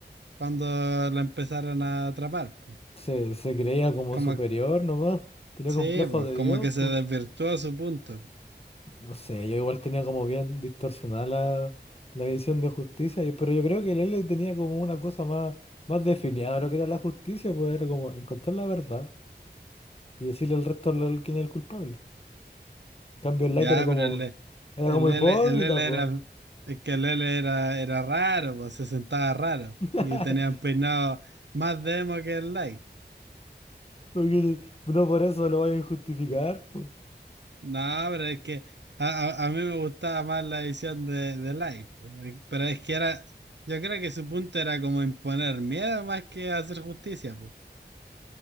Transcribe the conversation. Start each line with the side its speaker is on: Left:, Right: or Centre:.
Right: cuando lo empezaron a atrapar, pues.
Left: Se, se creía como
Right: Como,
Left: superior nomás, tenía
Right: sí,
Left: complejos
Right: pues,
Left: de
Right: como
Left: Dios,
Right: que se
Left: pues.
Right: desvirtuó su punto.
Left: No sé, yo igual tenía como bien distorsionada la, la visión de justicia, y- pero yo creo que el L tenía como una cosa más, más definida de lo que era la justicia, pues era como encontrar la verdad y decirle al resto lo- quién es el culpable. En cambio, el
Right: Ya,
Left: Light era como,
Right: pero el,
Left: era
Right: el,
Left: como hipócrita,
Right: L- el L
Left: pues.
Right: era, es que el L era, era raro, pues se sentaba raro
Left: <laughs>
Right: y tenía un peinado más demo que el Light.
Left: Porque no por eso lo vayan a justificar, po.
Right: No, pero es que a, a- a mí me gustaba más la edición de, de Light, pues. eh, pero es que era, yo creo que su punto era como imponer miedo más que hacer justicia, pues.